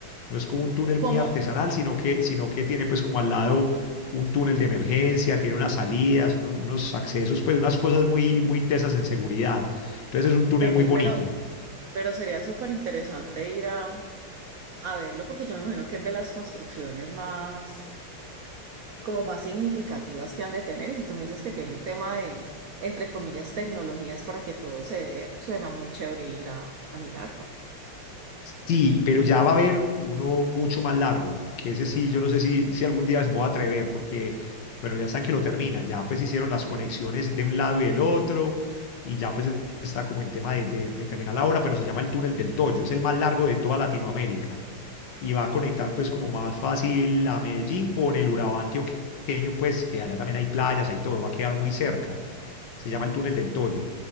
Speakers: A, on the left; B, on the right.
A: no es como un túnel muy
B: Como,
A: artesanal, sino que, sino que tiene pues como al lado un túnel de emergencia, tiene unas salidas, uno- unos accesos, pues unas cosas muy, muy tesas en seguridad. Entonces es un túnel
B: vení,
A: muy bonito.
B: pero, pero sería súper interesante ir a, a verlo porque yo me imagino que es de las construcciones más como más significativas que han de tener. Y si tú me dices que tiene un tema de, entre comillas, tecnologías para que todo se dé, suena muy chévere ir a, a mirarlo.
A: Sí, pero ya va a haber uno mucho más largo, que ese sí, yo no sé si, si algún día me voy a atrever, porque, bueno, ya están que lo terminan, ya pues hicieron las conexiones de un lado y del otro, y ya pues está como en tema de, de- de terminar la obra, pero se llama el Túnel del Toyo, es el más largo de toda Latinoamérica, y va a conectar pues como más fácil a Medellín con el Urabá antioqueño, pues que allá también hay playas, hay todo, va a quedar muy cerca, se llama el Túnel del Toyo.